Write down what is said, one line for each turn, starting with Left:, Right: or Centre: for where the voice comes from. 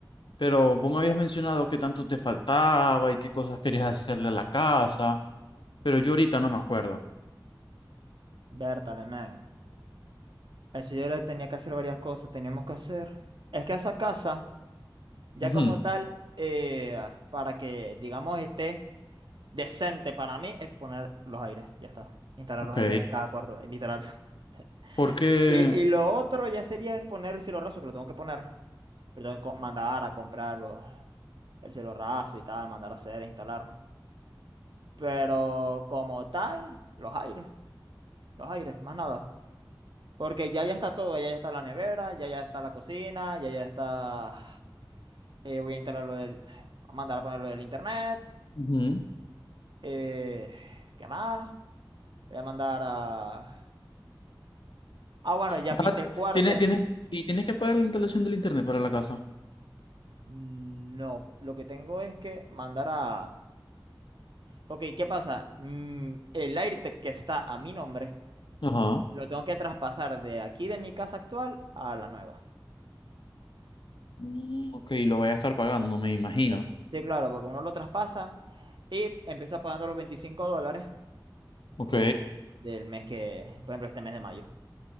Left: Pero vos me habías mencionado que tanto te faltaba y qué cosas querías hacerle a la casa, pero yo ahorita no me acuerdo.
Right: Vértale, man. A Eso yo le tenía que hacer varias cosas. Teníamos que hacer. Es que esa casa, ya
Left: Ujú.
Right: como tal, eh, para que, digamos, esté decente para mí, es poner los aires. Ya está. Instalar
Left: Ok,
Right: los aires en cada cuarto, eh, literal. <laughs>
Left: porque
Right: Y, y lo otro ya sería es poner el cielo raso, que lo tengo que poner. Pero tengo que co- mandar a comprar los- el cielo raso y tal, mandar a hacer, instalar. Pero como tal, los aires. Los aires, más nada. Porque ya ya está todo, ya ya está la nevera, ya ya está la cocina, ya ya está... eh, voy a instalar lo del... A mandar a poner lo del internet.
Left: ujú.
Right: eh, ¿qué más? Voy a mandar a... Ah, bueno, ya
Left: Vas
Right: pinté
Left: a- t-
Right: el cuarto.
Left: tiene- tienes, y tienes que pagar la instalación del internet para la casa.
Right: No, lo que tengo es que mandar a... Porque, ¿qué pasa? Mm, el AirTag que está a mi nombre,
Left: Ajá.
Right: lo tengo que traspasar de aquí de mi casa actual a la nueva.
Left: Mm, ok, lo voy a estar pagando, me imagino.
Right: Eh, Sí, claro, porque uno lo traspasa y empieza pagando los 25 dólares
Left: Ok,
Right: que es del mes que, por ejemplo, este mes de mayo.